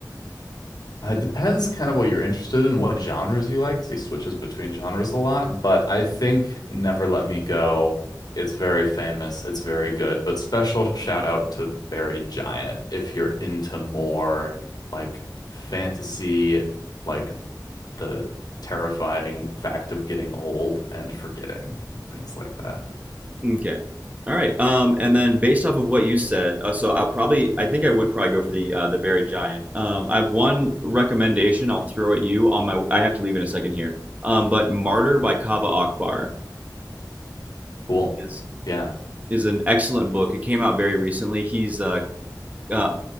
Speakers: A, on the left; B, on the right.
A: Uh, It depends kind of what you're interested in, what genres you like, because he switches between genres a lot. But I think Never Let Me Go, it's very famous, it's very good. But special shout out to Buried Giant if you're into more like fantasy, like the terrifying fact of getting old and forgetting, things like that.
B: Okay. All right. Um, and then based off of what you said, uh, so I'll probably, I think I would probably go for the uh, the Buried Giant. Um, I have one recommendation I'll throw at you on my. I have to leave in a second here. Um, but Martyr by Kava Akbar
A: Cool.
B: is
A: Yeah,
B: is an excellent book. It came out very recently. He's uh, uh,